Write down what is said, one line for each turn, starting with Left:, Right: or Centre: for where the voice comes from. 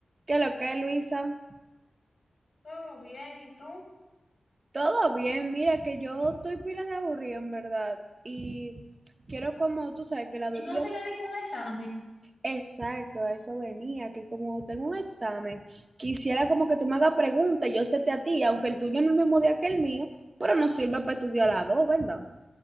Right: ¿Qué lo que, Luisa?
Left: Todo bien, ¿y tú?
Right: Todo bien, mira que yo estoy pila de aburrido en verdad y quiero como tú sabes que la
Left: Y
Right: dos
Left: no
Right: días...
Left: tenía ningún examen.
Right: Exacto, a eso venía, que como tengo un examen, quisiera como que tú me hagas preguntas, y yo sé te a ti, aunque el tuyo no es el mismo día que el mío, pero nos sirve para estudiar las dos, ¿verdad?